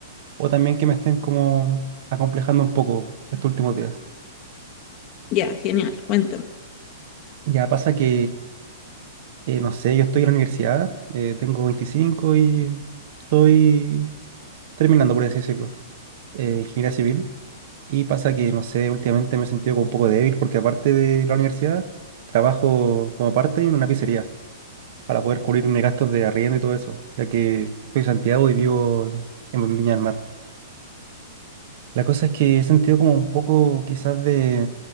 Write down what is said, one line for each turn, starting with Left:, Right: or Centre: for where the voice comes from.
Right: o también que me estén como acomplejando un poco estos últimos días.
Left: Ya, genial, cuéntame.
Right: Ya pasa que, eh, no sé, yo estoy en la universidad, eh, tengo 25 y estoy terminando, por así decirlo, eh, ingeniería civil. Y pasa que, no sé, últimamente me he sentido como un poco débil porque aparte de la universidad, trabajo como parte en una pizzería para poder cubrir mis gastos de arriendo y todo eso, ya que soy de Santiago y vivo en Viña del Mar. La cosa es que he sentido como un poco quizás de,